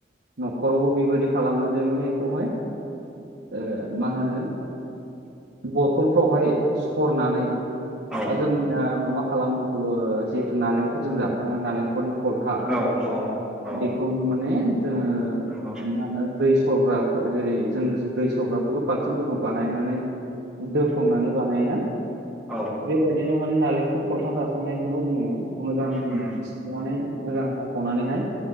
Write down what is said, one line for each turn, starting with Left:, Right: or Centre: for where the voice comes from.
Right: न'खरावबो बेबायदि खालामो जे माने बेखौहाय ओ होनो? बथलफ्रावहाय सरनानै
Centre: औ
Right: जोंना माबा खालामोथ' ओ जिहेथु नालेंखरजों जाफांना नालेंखल खलथा।
Centre: औ औ औ
Right: बेखौनो माने जोङो
Centre: नंगौ
Right: मा होनो दै सरग्रा जेरै जों दै। दै सरग्राफोरखौ बालथिंफोरखौ बानायनानै दोफांनानै
Centre: औ
Right: बानायोना।
Centre: औ
Right: बेबायदिनो माने नालेंखल खलथा जाखांनायखौबो जोङो मोजां
Centre: उम
Right: सोनानै मोजां। हाखावनानैहाय